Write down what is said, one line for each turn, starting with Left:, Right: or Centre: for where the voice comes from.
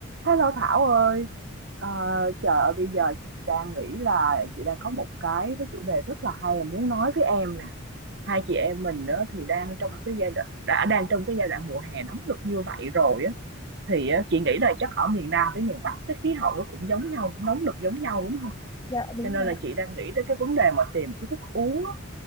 Right: Hello Thảo ơi, Ờ, trời ơi bây giờ chị đang nghĩ là chị đang có một cái cái chủ đề rất là hay mà muốn nói với em nè. Hai chị em mình đó thì đang trong cái giai đoạn đã đang trong cái giai đoạn mùa hè nóng nực như vậy rồi á thì á, chị nghĩ là chắc ở miền Nam với miền Bắc cái khí hậu nó cũng giống nhau, nóng nực giống nhau đúng không?
Left: Dạ đúng
Right: Cho nên
Left: rồi
Right: là
Left: ạ.
Right: chị đang nghĩ tới cái vấn đề mà tìm cái thức uống, á,